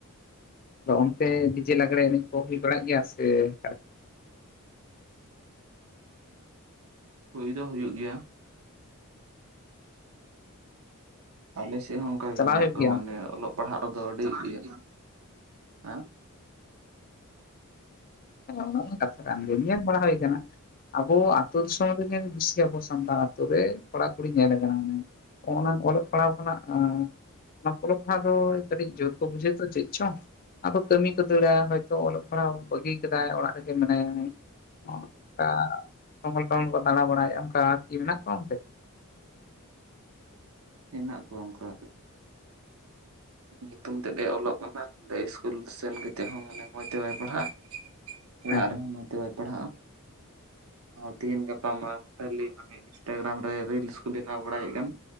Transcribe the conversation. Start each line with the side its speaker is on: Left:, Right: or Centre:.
Left: ᱟᱫᱚ ᱚᱱᱛᱮ ᱰᱤᱡᱮ ᱞᱟᱜᱽᱲᱮ ᱮᱱᱮᱡ ᱠᱚ ᱦᱩᱭ ᱵᱟᱲᱟᱜ ᱜᱮᱭᱟ ᱥᱮ <inaudible>
Right: ᱦᱩᱭ ᱫᱚ ᱦᱩᱭᱩᱜ ᱜᱮᱭᱟ ᱟᱞᱮ ᱥᱮᱫ ᱦᱚᱸ ᱚᱱᱠᱟᱟᱜᱮ
Left: ᱪᱟᱞᱟᱣ
Right: ᱢᱮᱱᱟᱜ
Left: ᱦᱩᱭᱩᱜ
Right: ᱠᱚᱣᱟ
Left: ᱜᱮᱭᱟ
Right: ᱢᱟᱱᱮ
Left: ᱚᱱᱛᱮ?
Right: ᱚᱞᱚᱜ ᱯᱟᱲᱦᱟᱜ ᱨᱮᱫᱚ ᱟᱹᱰᱤ <unintelligible> ᱦᱮᱸ
Left: ᱦᱮᱸ ᱚᱱᱟ ᱦᱚ ᱠᱟᱛᱷᱟ ᱠᱟᱱ ᱜᱮᱭᱟ ᱧᱮᱞᱵᱟᱲᱟ ᱦᱩᱭ ᱠᱟᱱᱟ ᱟᱵᱚ ᱟ ᱟᱛᱳ ᱫᱤᱥᱚᱢ ᱨᱮᱜᱮ ᱵᱮᱥᱤ ᱟᱵᱚ ᱥᱟᱱᱛᱟᱲ ᱟᱛᱳ ᱨᱮ ᱠᱚᱲᱟᱠᱩᱲᱤ ᱧᱮᱞ ᱠᱟᱱᱟ ᱚᱱᱟ ᱚᱞᱚᱜ ᱯᱟᱲᱦᱟᱣ ᱠᱷᱚᱱᱟᱜ ᱮ ᱚᱱᱟ ᱯᱞᱚ ᱠᱷᱚᱱᱟᱜ ᱫᱚ ᱠᱟᱹᱴᱤᱡ ᱡᱳᱨ ᱠᱚ ᱵᱩᱡᱷᱟᱹᱣ ᱛᱚ ᱪᱮᱫ ᱪᱚᱝ ᱟᱫᱚ ᱠᱟᱹᱢᱤ ᱠᱚ ᱫᱟᱹᱲᱟ ᱦᱚᱭᱛᱳ ᱚᱞᱚᱜ ᱯᱟᱲᱦᱟᱣ ᱵᱟᱹᱜᱤ ᱠᱟᱫᱟᱭ ᱚᱲᱟᱜ ᱨᱮᱜᱮ ᱢᱮᱱᱟᱭᱟ ᱚᱱᱠᱟ ᱴᱚᱜᱚᱞ ᱴᱚᱜᱚᱞ ᱠᱚ ᱫᱟᱬᱟ ᱵᱟᱲᱟᱭᱮᱫᱼᱟ ᱚᱱᱠᱟ ᱠᱤ ᱢᱮᱱᱟᱜ ᱠᱚᱣᱟ ᱚᱱᱛᱮ <inaudible>
Right: ᱦᱮᱱᱟᱜ ᱠᱚᱣᱟ ᱚᱱᱠᱟ ᱧᱩᱛᱩᱢ ᱛᱮᱫ ᱮ ᱚᱞᱚᱜ ᱠᱟᱱᱟ ᱚ ᱥᱠᱩᱞ ᱥᱮᱱ ᱠᱟᱛᱮᱫ ᱦᱚᱸ ᱢᱟᱱᱮ ᱢᱚᱡᱽ ᱛᱮ ᱵᱟᱭ ᱯᱟᱲᱦᱟᱜᱼᱟ ᱚᱲᱟᱜ
Left: ᱦᱮᱸ ᱦᱮᱸ
Right: ᱨᱮᱦᱚᱸ ᱢᱚᱸᱡᱽ ᱛᱮ ᱵᱟᱭ ᱯᱟᱲᱦᱟᱜᱼᱟ
Left: <inaudible>
Right: ᱛᱤᱦᱤᱧ ᱜᱟᱯᱟ ᱢᱟ ᱠᱷᱟᱹᱞᱤ ᱢᱟᱱᱮ ᱤᱱᱥᱴᱟᱜᱨᱟᱢ ᱨᱮ ᱨᱤᱞᱥ ᱠᱚ ᱵᱮᱱᱟᱣ ᱵᱟᱲᱟᱭᱮᱫ ᱠᱟᱱ